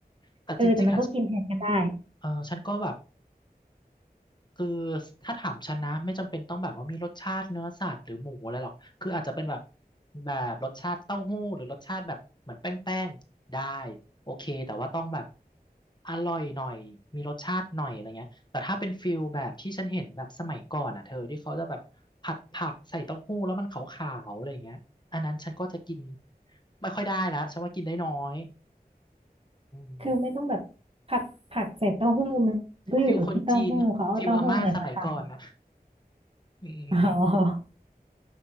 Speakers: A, on the left (about 25°); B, on the right (about 35°).
A: แต่จริงๆอ่ะ
B: เออแต่มันก็กินแทนกันได้
A: เออฉันก็แบบ คือถ้าถามฉันนะไม่จำเป็นต้องแบบว่ามีรสชาติเนื้อสัตว์หรือหมูอะไรหรอกคืออาจจะเป็นแบบแบบรสชาติเต้าหู้หรือรสชาติแบบเหมือนแป้งแป้งได้โอเคแต่ว่าต้องแบบอร่อยหน่อยมีรสชาติหน่อยอะไรเงี้ยแต่ถ้าเป็นฟิลแบบที่ฉันเห็นแบบสมัยก่อนอ่ะเธอที่เขาจะแบบผัดผักใส่เต้าหู้แล้วมันขาวๆอะไรเงี้ยอันนั้นฉันก็จะกินไม่ค่อยได้แล้วฉันว่ากินได้น้อยอืม
B: คือไม่ต้องแบบผัดผักใส่เต้าหู้มันก็อยู่ที่เต้าหู้เขาเอาเต้าหู้อะไรมาทำ
A: ฟิลคนจีนฟิลอาม่าสมัยก่อนอ่ะอืม
B: อ๋อ